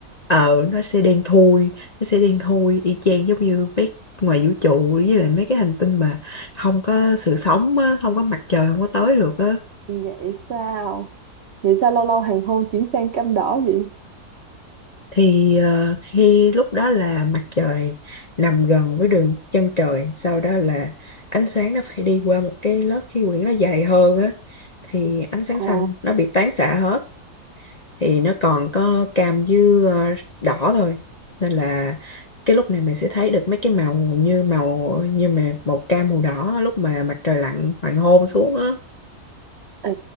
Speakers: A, on the left; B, on the right.
A: ờ nó sẽ đen thui nó sẽ đen thui y chang giống như mấy ngoài vũ trụ với lại mấy cái hành tinh mà không có sự sống á, không có mặt trời không có tới được á
B: Vậy sao? Vậy sao lâu lâu hoàng hôn chuyển sang cam đỏ vậy?
A: thì ờ, khi lúc đó là mặt trời nằm gần với đường chân trời sau đó là ánh sáng nó phải đi qua một cái lớp khí quyển nó dày hơn á thì ánh sáng xanh
B: Ồ,
A: nó bị tán xạ hết thì nó còn có cam với ờ, đỏ thôi nên là cái lúc này mình sẽ thấy được mấy cái màu như màu như mà màu cam màu đỏ lúc mà mặt trời lặn hoàng hôn xuống á
B: ê,